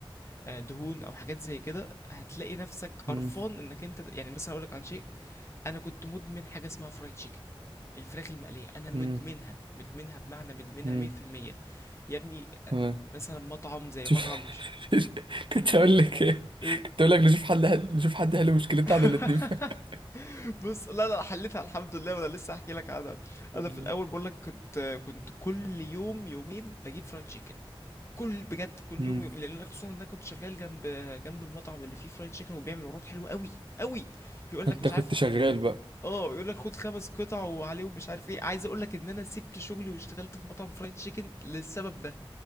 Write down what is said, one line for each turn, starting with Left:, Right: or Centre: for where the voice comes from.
Left: آه، دهون او حاجات زي كده هتلاقي نفسك قرفان
Right: مم.
Left: انك انت يعني مثلا اقول لك عن شيء انا كنت مدمن حاجه اسمها فرايد تشيكن الفراخ المقلية أنا مدمنها
Right: مم.
Left: مدمنها بمعنى مدمنها
Right: مم.
Left: 100% يا ابني
Right: تمام
Left: مثلا مطعم زي
Right: شوف
Left: مطعم
Right: <laughs>
Left: مش
Right: كنت هقول لك ايه
Left: إيه؟
Right: كنت هقول لك نشوف حد حل... نشوف حد حل مشكلتنا
Left: <laughs>
Right: على الاتنين <laughs>
Left: بص لا لا حليتها الحمد لله وانا لسه احكي لك عنها
Right: فعلا.
Left: انا في الاول بقول لك كنت كنت كل يوم يومين بجيب فرايد تشيكن كل بجد كل
Right: مم.
Left: يوم يوم لان انا خصوصا ان انا كنت شغال جنب جنب المطعم اللي فيه فرايد تشيكن وبيعمل عروض حلوه قوي قوي يقول
Right: انت
Left: لك مش
Right: كنت
Left: عارف
Right: شغال بقى
Left: اه يقول لك خد خمس قطع وعليهم مش عارف ايه عايز اقول لك ان انا سبت شغلي واشتغلت في مطعم فرايد تشيكن للسبب ده